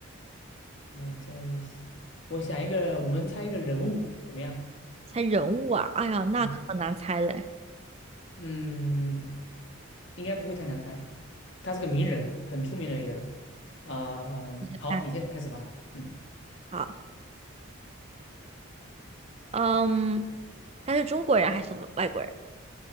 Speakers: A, on the left; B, on the right.
A: 我在想，我想一个，我们猜一个人物怎么样？
B: 猜人物啊，哎呀，那可难猜嘞。
A: 嗯，嗯，应该不会太难猜，他是个名人，很出名的一个人。啊，
B: <laughs>
A: 好，
B: 看，
A: 你现在开始吧。嗯
B: 好，嗯，他是中国人还是外国人？